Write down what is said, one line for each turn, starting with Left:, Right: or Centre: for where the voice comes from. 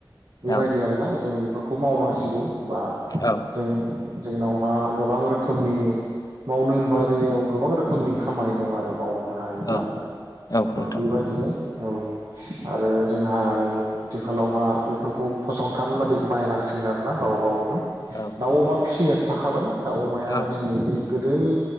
Right: बेबायदि
Left: औ
Right: आरोना जों बेफोरखौ मावनांसिगौ बा
Left: औ
Right: जों जोंनावहा गोबां रोखोमनि मावनो होमबा जोंनियाव गोबां रोखोमनि खामानि दं आरो मावनोबा । हायोब्ला
Left: औ औ नोंथां
Right: बेबायदिनो औ आरो जोंहा नै आथिखालावहा बेफोरखौ फसंथान बादि बनायनांसिगोन आरोना गाव गावनो ।
Left: औ
Right: दाउ अमा फिसिनायाथो थाखाबाय दाउ अमाया
Left: औ
Right: जोंनि बे गोदोनि